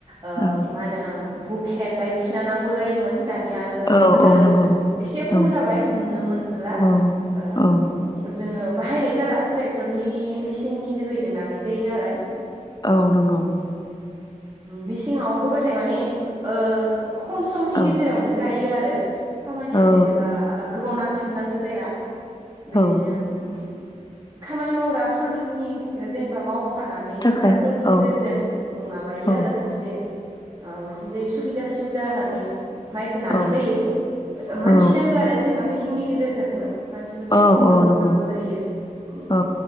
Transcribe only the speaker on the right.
ओ
मा होनो हु खेन बायदिसिना नांगौ जायोमोन। दानिया आरो बेफोरो
एसे खम
जाबाय नुनो मोनला
ओ
जोंङो बाहायनाय जाला ट्रेक्टरनि मेसिननि जोहैनो लानाय जायो नालाय
मेसिंङाव होबाथाय माने ओ खम समनि
गेजेरावनो जायो आरो आरो खामानिया
जेनेबा गोबाव नां थाबनांगौ जाया बिदिनो
उम खामानि मावग्राफोरनि जेनेबा मावफानानै होग्राफोरनि
गेजेरजों
माबायो
आरो एसे ओ माबासिन जायो सुबिदासिन जानानै माइखौ नानाय
जायो मानसि
नांगौ आरो जेनेबा मिसेन सिंनि गेजेरजोंबो मानसिफोरखौ
एसे गोबां
नांगौ जायो बिदि